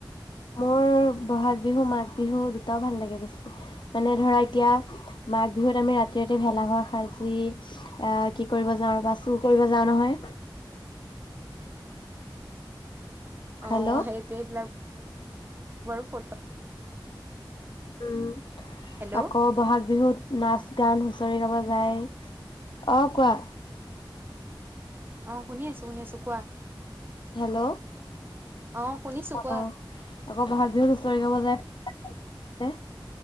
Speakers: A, on the left; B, on the right.
A: মোৰ বহাগ বিহু, মাঘ বিহু দুটাও ভাল লাগে বেছি, মানে ধৰা এতিয়া মাঘ বিহুত আমি ৰাতি ৰাতি ভেলাঘৰ সাজি, আহ কি কৰিব যাওঁ বা চুৰ কৰিব যাওঁ নহয়। হেল্ল'
B: অ সেইটো এইবিলাক বৰ ফোট
A: উম।
B: হেল্ল'
A: আকৌ বহাগ বিহুত নাচ গান হুঁচৰি গাব যায়, অ কোৱা?
B: অ শুনি আছো, শুনি আছো কোৱা?
A: হেল্ল'।
B: অ শুনিছো কোৱা?
A: অ আকৌ বহাগ বিহুত হুচৰি গাব যায়, নে